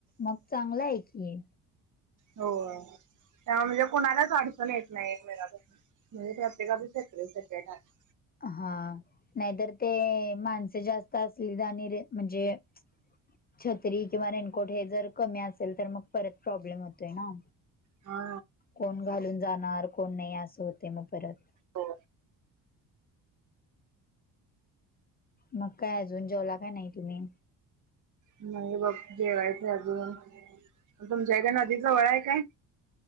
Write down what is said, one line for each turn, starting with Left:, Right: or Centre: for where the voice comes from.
Left: मग चांगलं ए की
Right: हो... तेव्हा म्हणजे कुणालाच अडचण येत नाही एकमेकापासून म्हणजे प्रत्येकाचे सेपरेट सेपरेट आहे
Left: हा... नाही तर ते.. माणसे जास्त असली जाणीरे म्हणजे छत्री किंवा रेनकोट हे जर कमी असेल तर मग परत प्रॉब्लेम होतोय ना
Right: हा
Left: कोण घालून जाणार... कोण नाई... आसं होतंय मग परत
Right: हो.
Left: मग काय अजून... जेवला का नाही तुम्ही?
Right: नाही बघ जेवायचंय अजून... मग तुमच्या इथं नदी जवळ आहे काय?